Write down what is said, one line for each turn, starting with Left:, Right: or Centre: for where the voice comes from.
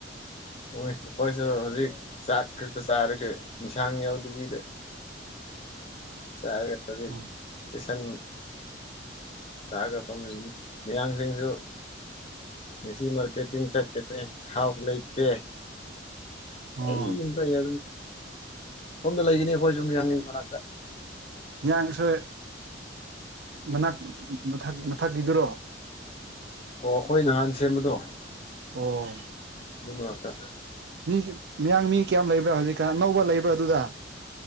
Left: ꯍꯣꯏ ꯑꯩꯈꯣꯏꯁꯨ ꯍꯧꯖꯤꯛ ꯆꯥꯛ ꯈꯛꯇ ꯆꯥꯔꯒ ꯏꯟꯁꯥꯡ ꯌꯥꯎꯗꯕꯤꯗ ꯆꯥꯔꯒꯗꯤ
Right: ꯑꯣ
Left: ꯏꯁꯁꯟ ꯂꯥꯛꯑꯒ ꯐꯝꯖꯅꯤ ꯃꯤꯌꯥꯡꯁꯤꯡꯁꯨ ꯉꯁꯤ ꯃꯥꯔꯀꯦꯇꯤꯡ ꯆꯠꯀꯅꯤ ꯊꯥꯎ ꯂꯩꯇꯦ
Right: ꯑꯣ
Left: ꯑꯩ ꯑꯃꯝꯇꯌꯦ ꯁꯣꯝꯗ ꯂꯩꯒꯅꯤ ꯑꯩꯈꯣꯏ ꯌꯦꯖꯨꯝꯌꯥꯡꯒꯤ ꯃꯅꯥꯛꯇ
Right: ꯃꯤꯌꯥꯡ ꯑꯁꯣꯏ ꯃꯅꯥꯛ ꯃꯊꯛꯀꯤꯗꯨꯔꯣ
Left: ꯑꯣ ꯑꯩꯈꯣꯏ ꯅꯍꯥꯟ ꯁꯦꯝꯕꯗꯣ
Right: ꯑꯣ
Left: ꯑꯗꯨ ꯃꯅꯥꯛꯇ
Right: ꯃꯤ ꯃꯤꯌꯥꯡ ꯃꯤ ꯀꯌꯥꯝ ꯂꯩꯕ꯭ꯔꯥ ꯍꯧꯖꯤꯛꯀꯥꯟ ꯑꯅꯧꯕ ꯂꯩꯕ꯭ꯔꯥ ꯑꯗꯨꯗ